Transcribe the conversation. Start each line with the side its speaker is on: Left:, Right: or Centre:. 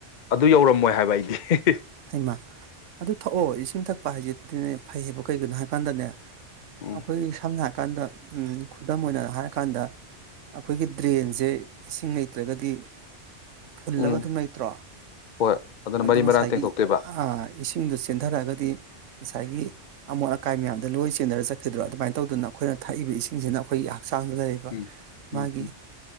Left: ꯑꯗꯨ ꯌꯧꯔꯝꯃꯣꯏ ꯍꯥꯏꯕ ꯑꯩꯗꯤ
Right: ꯍꯩꯃ ꯑꯗꯨ ꯊꯛꯑꯣ ꯏꯁꯤꯡ ꯊꯛꯄ ꯍꯥꯏꯁꯤꯅꯦ ꯐꯩꯌꯦꯕ ꯀꯩꯒꯤꯅꯣ ꯍꯥꯏ ꯀꯥꯟꯗꯅꯦ
Left: ꯎꯝ
Right: ꯑꯩꯈꯣꯏ ꯁꯝꯅ ꯀꯥꯟꯗ ꯈꯨꯗꯝ ꯑꯣꯏꯅ ꯍꯥꯏꯔꯀꯥꯟꯗ ꯑꯩꯈꯣꯏꯒꯤ ꯗ꯭ꯔꯦꯟꯁꯦ ꯏꯁꯤꯡ ꯂꯩꯇ꯭ꯔꯒꯗꯤ ꯐꯨꯜꯂꯒ
Left: ꯎꯝ
Right: ꯑꯗꯨꯝ ꯂꯩꯇ꯭ꯔꯣ
Left: ꯍꯣꯏ ꯑꯗꯨꯅ
Right: ꯑꯗꯣ
Left: ꯃꯔꯤ
Right: ꯉꯁꯥꯏꯒꯤ
Left: ꯃꯔꯥꯡ ꯇꯦꯡꯊꯣꯛꯇꯣꯏꯕ
Right: ꯑꯥ ꯏꯁꯤꯡꯗ ꯆ ꯆꯦꯟꯊꯔꯛꯑꯒꯗꯤ ꯉꯁꯥꯏꯒꯤ ꯑꯃꯣꯠ ꯑꯀꯥꯏ ꯃꯌꯥꯝꯗ ꯂꯣꯏ ꯆꯦꯟꯟꯅꯔ ꯆꯠꯈꯤꯗ꯭ꯔꯣ ꯑꯗꯨꯃꯥꯏꯅ ꯇꯧꯗꯅ ꯑꯩꯈꯣꯏꯅ ꯊꯛꯏꯕ ꯏꯁꯤꯡꯁꯤꯅ ꯑꯩꯈꯣꯏꯒꯤ ꯍꯛꯆꯥꯡꯗ ꯂꯩꯔꯤꯕ
Left: ꯎꯝ ꯎꯝ
Right: ꯃꯥꯒꯤ